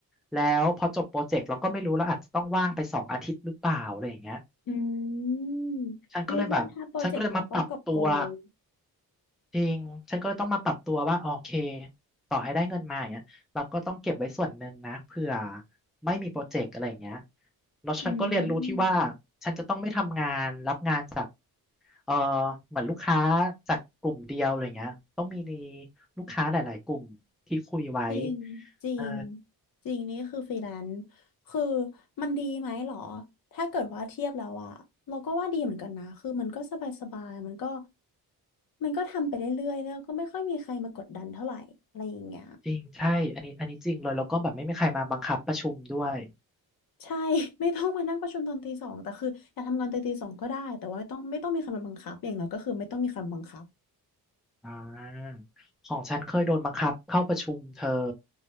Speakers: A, in the centre; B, on the left (about 60°).
A: แล้วพอจบโปรเจกต์เราก็ไม่รู้เราอาจจะต้องว่างไปสองอาทิตย์หรือเปล่าอะไรอย่างเงี้ย
B: อืม
A: ฉันก็เลยแบบฉันก็เลยมาปรับตัว
B: เรียกว่าถ้าโปรเจกต์มาก็กอบโกย
A: จริงฉันก็เลยต้องมาปรับตัวว่าโอเคต่อให้ได้เงินมาอย่างเงี้ยเราก็ต้องเก็บไว้ส่วนหนึ่งนะเผื่อไม่มีโปรเจกต์อะไรอย่างเงี้ยแล้วฉันก็เรียนรู้ที่ว่า
B: อืม
A: ฉันจะต้องไม่ทำงานรับงานจากเออเหมือนลูกค้าจากกลุ่มเดียวอะไรเงี้ยต้องมีลูกค้าหลาย ๆกลุ่มที่คุยไว้
B: จริงจริง
A: เออ
B: จริงนี่คือฟรีแลนซ์คือมันดีไหมหรอถ้าเกิดว่าเทียบแล้วอะเราก็ว่าดีเหมือนกันนะคือมันก็สบายสบายมันก็มันก็ทำไปเรื่อยๆแล้วก็ไม่ค่อยมีใครมากดดันเท่าไหร่อะไรอย่างเงี้ย
A: จริงใช่อันนี้อันนี้จริงเลยแล้วก็แบบไม่มีใครมาบังคับประชุมด้วย
B: ใช่ <laughs> ไม่ต้องมานั่งประชุมตอนตีสองแต่คืออยากทำงานตอนตีสองก็ได้แต่ว่าไม่ต้องไม่ต้องมีใครมาบังคับอย่างน้อยก็คือไม่ต้องมีใครมาบังคับ
A: อ่าของฉันเคยโดนบังคับเข้าประชุมเธอ